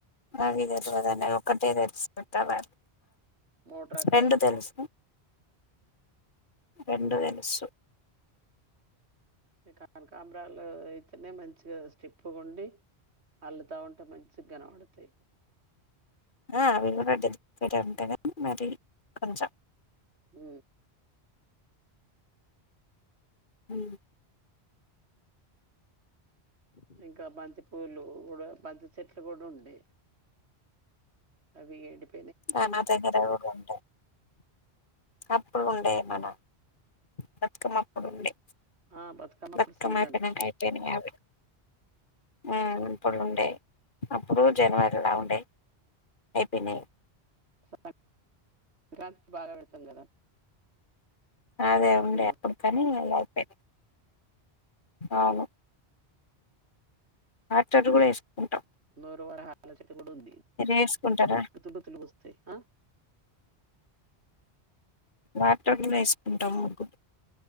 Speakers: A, on the left; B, on the right.
A: అది సెలవది ఒక్కటే తెలుసు కలర్
B: మూడు రకాలు
A: రెండు
B: ఉంటాయి
A: తెలుసు రెండు తెలుసు
B: కానకామ్రాలు అయితేనే మంచిగా స్టిప్పు ఉండి అళ్ళుత ఉంటే మంచి కనపడతాయి
A: అవి కూడా డెలి పెట్ ఉంటాయి కానీ మరి కొంచెం
B: ఉ
A: ఉ హు
B: ఇంకా బంతి స్కూలు కూడా మద్ద చెట్లు కూడా ఉండే అవి అవి ఎండిపోయి
A: అవి మా దగ్గర కూడా ఉంటాయి అప్పుడు ఉండే మన బతుకమ్మ అప్పుడు ఉండే
B: ఆ బతుకమ్మప్పుడు
A: బత్కమ్మ
B: సీజన్
A: అయిపోయినక అయిపోయినీ అవి హ్మ్ ఇప్పుడు ఉండే అప్పుడు జనవరిలా ఉండే అయిపోయినయ్
B: సం సంక్రాంతికి బాగా పెడతాం కదా
A: అదే
B: ముగ్గులు
A: ఉండే అప్పుడు కానీ అయిపోని అవును ఆటడు కూడా ఎస్కుంటాం
B: నూ ర వ హ ఎక్కడ ఉంది
A: వేసుకుంటారా
B: గతమం లో తిలిగి వస్తాయ్ అ
A: వాటోన్ వేస్ డమ్ కు